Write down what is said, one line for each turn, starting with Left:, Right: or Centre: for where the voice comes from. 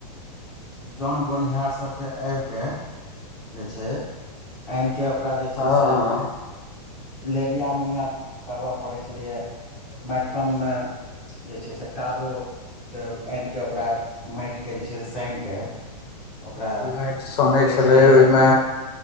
Centre: जन बोनिहार सभके आबिकऽ जे छै आनि कऽ ओकरा जे छै
Left: हँ
Centre: से लेबिया मुनिया करबय पड़ैत छलैए माटिकममे जे छै से कादो तऽ आनि कऽ ओकरा माटिकेँ जे छै से सानि कऽ ओकरा
Left: माटि सनै
Centre: करै
Left: छलै
Centre: छलैए
Left: ओहिमे